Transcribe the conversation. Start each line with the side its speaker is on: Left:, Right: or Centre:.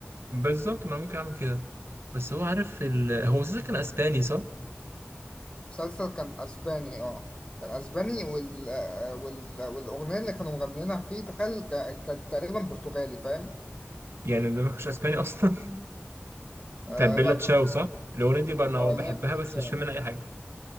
Right: بالظبط ما أنا ممكن اعمل كده بس هو عارف ال... هو اساسا كان اسباني صح؟
Left: مسلسل كان اسباني اه كان اسباني وال... آه، وال... والاغنيه اللي كانوا مغنيينها فيه تخيل ك- كانت تقريبا برتغالي فاهم
Right: يعني ده ما كانش اسباني اصلا <laughs> بتاع
Left: آه
Right: بيلا
Left: لا
Right: تشاو
Left: مش
Right: صح؟ الاغنيه دي بقى انا
Left: اه
Right: بحبها
Left: لا مش
Right: بس
Left: عارف.
Right: مش
Left: اه
Right: فاهم منها اي حاجه